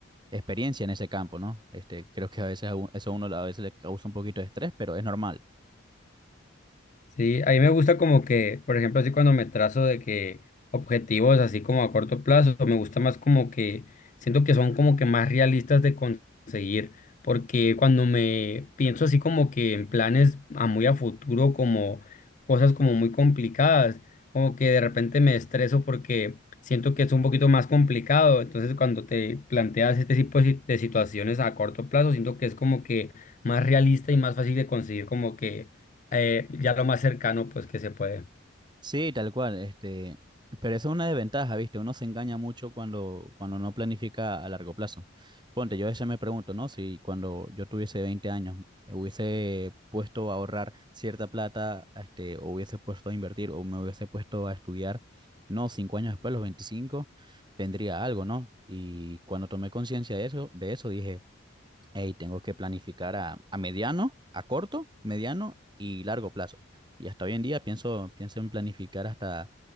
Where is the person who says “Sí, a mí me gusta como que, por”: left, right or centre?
Left